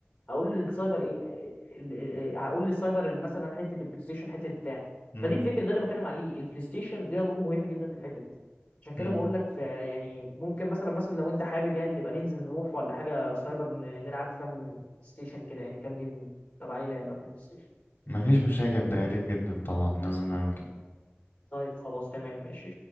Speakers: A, on the left; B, on the left.
A: هقول للسايبر ايه ال- ال- هقول للسايبر مثلا حته البلاي ستيشن حته بتاع
B: مم.
A: فدي الفكره ده اللي بتكلم عليه البلاي ستيشن ليها دور مهم جدا في الحته دي عشان كده
B: مم.
A: بقول لك آه، يعني ممكن مثلا مثلا لو انت حابب يعني نبقى ننزل نروح ولا حاجه سايبر ن- نلعب كام ستيشن كده يعني كام جيم تبع اي لعبه في البلاي ستيشن
B: مفيش مشاكل ده يا ريت جدا طبعا لازم نعمل كده
A: طيب خلاص تمام ماشي